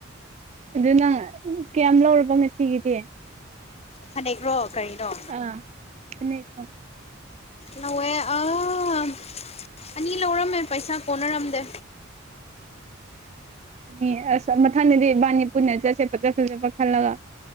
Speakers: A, on the right; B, on the left.
A: ꯑꯗꯨꯅꯪ ꯀꯌꯥꯝ ꯂꯧꯔꯕ ꯉꯁꯤꯒꯤꯗꯤ
B: ꯐꯅꯦꯛꯔꯣ ꯀꯔꯤꯅꯣ
A: ꯑꯥ ꯐꯅꯦꯛ
B: ꯂꯧꯑꯦ ꯑꯥ ꯑꯅꯤ ꯂꯧꯔꯝꯃꯦ ꯄꯩꯁꯥ ꯀꯣꯟꯅꯔꯝꯗꯦ
A: ꯑꯣ ꯑꯁ ꯃꯊꯪꯗꯗꯤ ꯏꯕꯥꯅꯤ ꯄꯨꯅ ꯆꯠꯁꯦ ꯐꯠꯖ ꯐꯖꯕ ꯈꯜꯂꯒ